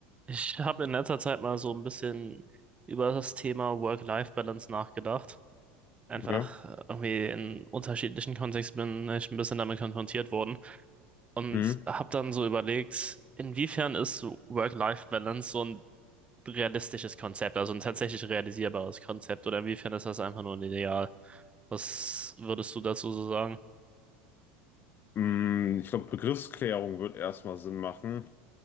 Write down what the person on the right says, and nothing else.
Ich habe in letzter Zeit mal so ein bisschen über das Thema Work-Life-Balance nachgedacht. Einfach
äh, irgendwie in unterschiedlichen Kontexten bin ich ein bisschen damit konfrontiert worden und
habe dann so überlegt, inwiefern ist so Work-Life-Balance so ein realistisches Konzept, also ein tatsächlich realisierbares Konzept oder inwiefern ist das einfach nur ein Ideal? Was würdest du dazu so sagen?